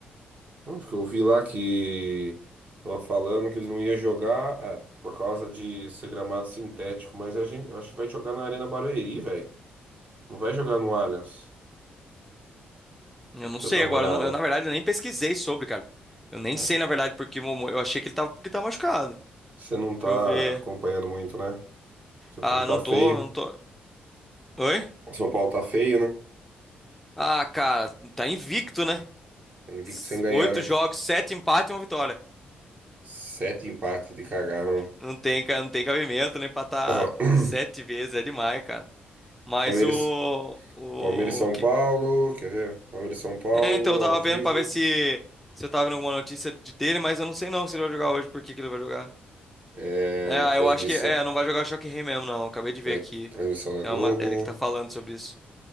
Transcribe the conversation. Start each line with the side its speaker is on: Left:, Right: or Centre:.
Right: onde que eu vi lá que tava falando que ele não ia jogar ah, por causa de ser gramado sintético, mas a gente, eu acho que vai jogar na Arena Barueri, velho. Não vai jogar no Allianz.
Centre: Eu não
Right: Deixa
Centre: sei
Right: eu dar uma
Centre: agora.
Right: olhada.
Centre: eu não- eu, na verdade, eu nem pesquisei sobre, cara. Eu nem
Right: É.
Centre: sei, na verdade, porque o Momo- eu achei que ele tava, que tava machucado.
Right: Você não
Centre: Deixa
Right: tá
Centre: eu ver.
Right: acompanhando muito, né? Seu
Centre: Ah,
Right: time tá
Centre: não
Right: feio.
Centre: tô, não tô. Oi?
Right: O São Paulo tá feio, né?
Centre: Ah, cara, tá invicto, né?
Right: Tá invicto
Centre: S-
Right: sem ganhar,
Centre: Oito
Right: né?
Centre: jogos, sete empates e uma vitória.
Right: Sete empates de cagaram.
Centre: Não tem, ca- não tem cabimento, nem pra estar
Right: <coughs>
Centre: sete vezes é demais, cara.
Right: <clears throat>
Centre: Mas
Right: Palmeiras,
Centre: o, o
Right: Palmeiras e São
Centre: que,
Right: Paulo, quer ver? Palmeiras e São Paulo,
Centre: é, então eu tava
Right: ao vivo.
Centre: vendo pra ver se, se eu tava vendo alguma notícia de- dele, mas eu não sei não se ele vai jogar hoje, por que que ele vai jogar.
Right: É,
Centre: É, ah,
Right: transmissão.
Centre: eu acho que, é, não vai jogar Choque Rei mesmo, não. Acabei de
Right: Tra-
Centre: ver aqui.
Right: transmissão da
Centre: É
Right: Globo.
Centre: uma matéria que tá falando sobre isso.